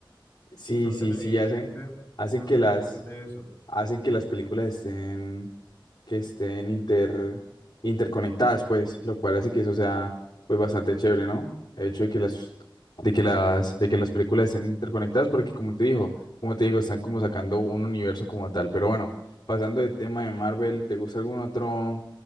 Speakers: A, on the left (about 50°); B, on the left (about 25°).
A: sí,
B: de los
A: sí,
B: televidentes,
A: sí, hacen, hacen
B: los
A: que
B: televidentes
A: las,
B: de eso.
A: hacen que las películas estén que estén inter, interconectadas, pues, lo cual hace que eso sea, pues, bastante chévere, ¿no? El hecho de que las, de que las, de que las películas estén interconectadas, porque como te digo, como te digo, están como sacando un universo como tal. Pero bueno, pasando del tema de Marvel, ¿te gusta algún otro,